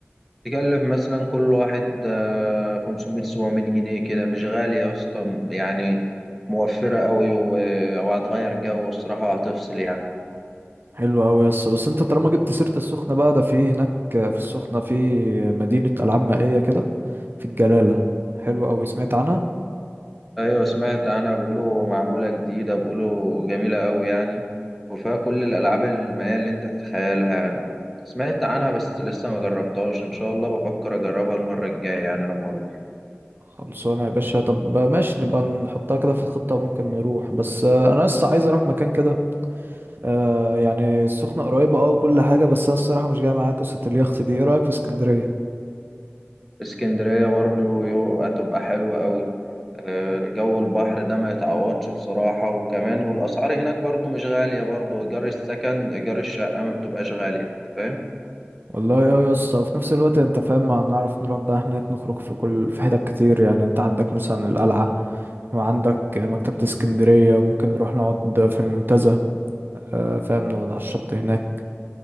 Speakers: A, in the centre; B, on the right.
A: تكلف مثلا كل واحد آه، 500 700 جنيه كده مش غالية يا اسطى يعني موفرة قوي و- وهتغير جو الصراحة وهتفصل يعني
B: حلو قوي يس بس انت طالما جبت سيرة السخنة بقى ده في هناك في السخنة في مدينة ألعاب مائية كده في الجلالة حلو قوي سمعت عنها
A: ايوه سمعت انا بقوله معمولة جديدة بقوله جميلة قوي يعني وفيها كل الالعاب المائية اللي انت تتخيلها يعني سمعت عنها بس لسه ما جربتهاش ان شاء الله بفكر اجربها المرة الجاية يعني لما اروح
B: خلصانة يا باشا طب ماشي نبقى نحطها كده في الخطة ممكن نروح بس آه، أنا لسه عايز أروح مكان كده آه، يعني السخنة قريبة أه وكل حاجة بس أنا الصراحة مش جاي معايا قصة اليخت دي إيه رأيك في اسكندرية؟
A: اسكندرية برضو يو- هتبقى حلوة قوي آه، جو البحر ده ما يتعوضش بصراحة وكمان والأسعار هناك برضو مش غالية برضو إيجار السكن إيجار الشقة ما بتبقاش غالية أنت فاهم
B: والله أه يا اسطى وفي نفس الوقت أنت فاهم ما نعرف نروح بقى هناك نخرج في كل في حتت كتير يعني أنت عندك مثلا القلعة وعندك مكتبة اسكندرية وممكن نروح نقعد في المنتزه آه، فاهم نقعد على الشط هناك